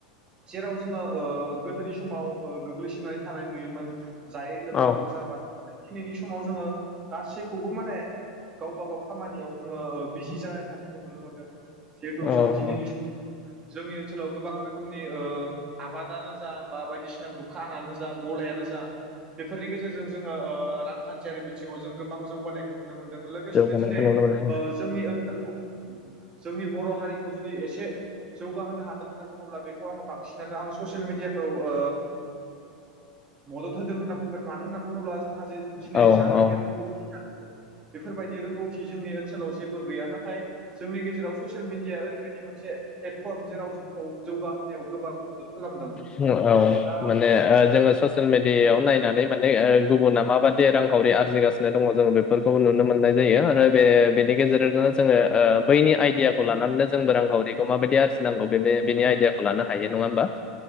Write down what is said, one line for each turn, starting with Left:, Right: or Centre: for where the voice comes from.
Right: जेराव जोङो ओ गोदोनि समाव ओयो गोग्लैसोनानै थानाय नुयोमोन जाय रै
Left: औ
Right: रंजा बाजा दाखालि दिनैनि समाव जोङो गासैखौबो माने गावबा गाव खामानियाव जोङो ओ बिजि जानाय थानायखौ नुनो मोनो जिहेथु
Left: औ
Right: जों दिनैनि स जोंनि ओनसोलाव गोबां रोखोमनि ओ आबादानो जा बा बायदिसिना दुखानानो जा गलायानो जा बेफोरनि गेजेरजों जोङो ओ रांखान्थियारि बिथिङाव जों गोबां जौगानायखौ नुनो मोन जों लोगोसेनो
Left: जौगानायखौ
Right: दिनै
Left: नुनो मोनो
Right: ओ जोंनि ओनसोल जोंनि बर' हारिखौ जुदि एसे जौगाहोनो हादों होनना बुङोब्ला बेखौ आङो बांसिनानो आङो ससियेल मिडियाखौ ओ मदद होदों होनना बुं <unintelligible>
Left: औ औ सिन औ
Right: दा
Left: माने ओ जोङो ससियेल मिडियायाव नाय नानै माने ओ गुबुना माबादि रांखावरि आरजिगासिनो दङ जों बेफोरखौबो नुनो मोननाय जायो आरो बे बेनि गेजेरजोंनो जोङो ओयो बैनि आइदियाखौ लानानैनो जोंबो रांखावरिखौ माबायदि आरजिनांगौ बेनि बेनि आइडियाखौ लानो हायो नङा होमबा?